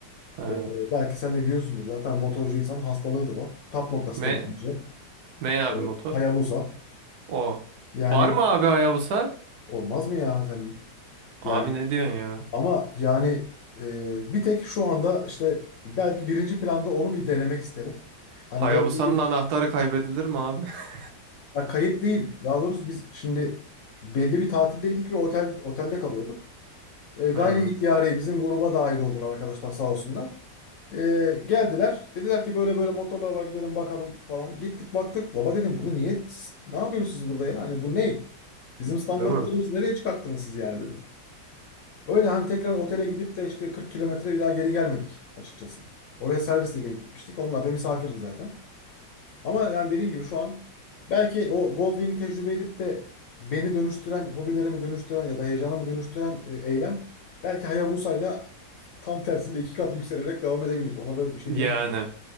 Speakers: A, on the right; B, on the left.
A: Ha,
B: Ee, belki sen de biliyorsundur. Zaten motorcu insanın hastalığıdır o. Tap noktasıdır
A: Ne
B: bence.
A: ne abi
B: Ee,
A: motor?
B: Hayabusa.
A: O.
B: Yani
A: Var mı abi Hayabusa?
B: olmaz mı ya sen?
A: Abi
B: Yani
A: ne diyorsun ya?
B: ama yani e, bir tek şu anda işte belki birinci planda onu bir denemek isterim. Hani
A: Hayabusa'nın
B: Goldwing'i
A: anahtarı kaybedilir mi abi? <laughs>
B: Ya kayıp değil. Daha doğrusu biz şimdi belli bir tatildeydik ve otel otelde kalıyorduk. E, gayri
A: Hmm,
B: ihtiyari bizim gruba dahil oldular arkadaşlar sağ olsunlar. E, geldiler. Dediler ki böyle böyle motorlar var gidelim bakalım falan. Gittik baktık. Baba dedim bunu niye ne yapıyorsunuz siz burada ya? Hani bu ney? Bizim standartlarımızı
A: değil mi?
B: nereye çıkarttınız siz yani dedim. Öyle hani tekrar otele gidip de işte 40 kilometre bir daha geri gelmedik açıkçası. Oraya servisle gelip gitmiştik. Onlar da misafirdi zaten. Ama yani dediğim gibi şu an belki o Goldwing'i tecrübe edip de beni dönüştüren, hobilerimi dönüştüren ya da heyecanımı dönüştüren e, eylem belki Hayabusa'yla tam tersinde iki kat yükselerek devam edebilir. Ona da bir şey
A: Yani.
B: diyemiyorum.